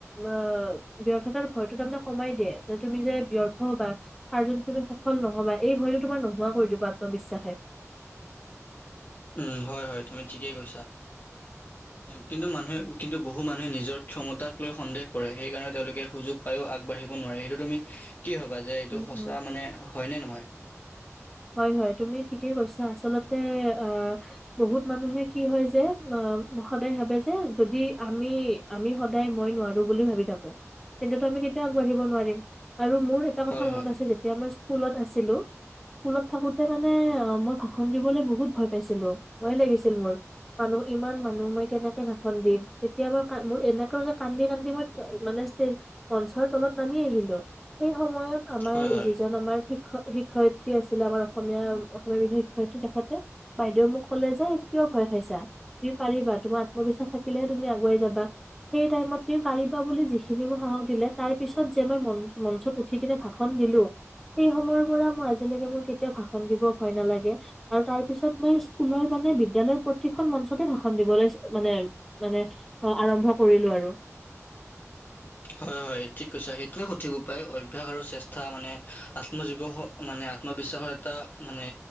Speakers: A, in the centre; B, on the left.
A: অ, ব্যৰ্থতাৰ ভয়টো তাৰমানে কমাই দিয়ে, যে তুমি যে ব্যৰ্থ হ'বা। আৰু যদি তুমি সফল নহ'বা, এই ভয়তো তোমাৰ নোহোৱা কৰি দিবা আত্মবিশ্বাসে।
B: উম, হয়, হয়, তুমি ঠিকেই কৈছা, কিন্তু মানুহে
A: উম,
B: কিন্তু বহু মানুহে নিজৰ ক্ষমতাক লৈ সন্দেহ কৰে, সেইকাৰণে তেওঁলোকে সুযোগ পায়ো আগবাঢ়িব নোৱাৰে সেইটো তুমি কি ভবা? যে এইটো
A: উম,
B: সঁচা
A: উম।
B: মানে, হয়নে নহয়?
A: হয়, হয়, তুমি ঠিকেই কৈছা, আচলতে অ, বহুত মানুহে কি হয় যে, অ, সদায় ভাবে যে যদি আমি আমি সদায় মই নোৱাৰো বুলিও ভাবি থাকো, তেন্তো আমি কেতিয়াও আগবাঢ়ি নোৱাৰিম। আৰু মোৰ এটা
B: হয়
A: কথা মনত
B: হয়
A: আছে, যেতিয়া মই ইস্কুলত আছিলো। ইস্কুলত থাকোতে মানে অ, মই ভাষণ দিবলৈ বহুত ভয় পাইছিলো, ভয় লাগিছিল মোৰ। মানুহ, ইমান মানুহ মই কেনেকে ভাষণ দিম। এতিয়া মই মোৰ এনেকে কান্দি, কান্দি, মই মানে ষ্টেজ, মঞ্চৰ, তলত নামি আহিলো। সেই সময়ত আমাৰ
B: হয় হয়
A: যিজন আমাৰ শিক্ষক শিক্ষয়িত্ৰী ত্ৰি আছিলে আমাৰ অসমীয়া, অসমীয়া বিভি শিক্ষয়িত্ৰী তেখেতে বাইদেউ মোক ক'লে যে কিয় ভয় খাইছা। তুমি পাৰিবা, তোমাৰ আত্মবিশ্বাস থাকিলেহে তুমি আগুৱাই যাবা। সেই টাইমত তুমি পাৰিবা বুলি যিখিনি মোক সাহস দিলে তাৰপিছত যে মই মন মঞ্চত উঠি কিনে ভাষণ দিলোঁ সেই সময়ৰ পৰা মই আজিলৈকে মোৰ কেতিয়াও ভাষণ দিব ভয় নালাগে। আৰু তাৰপিছত মই ইস্কুলৰ বিদ্যালয় প্ৰতিখন মঞ্চতে ভাষণ দিব লৈ মানে মানে অ' আৰম্ভ কৰিলোঁ আৰু।
B: হয় হয় ঠিক কৈছা, সেইটোৱে সঠিক উপায় অভ্যায়স আৰু চেষ্টা মানে আত্মজীৱস মানে আত্মবিশ্বাস এটা মানে